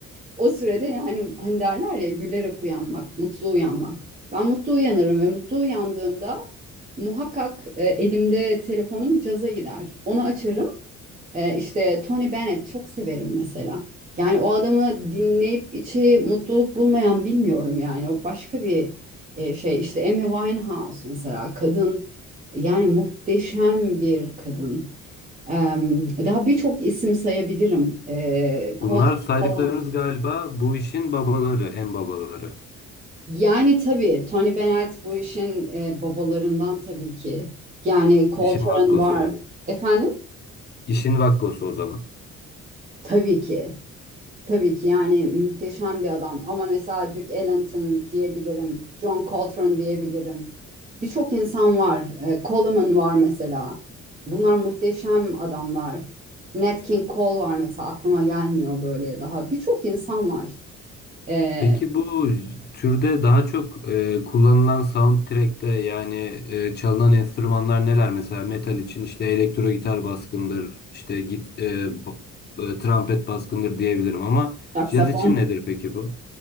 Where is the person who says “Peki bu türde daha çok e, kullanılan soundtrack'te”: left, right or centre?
Left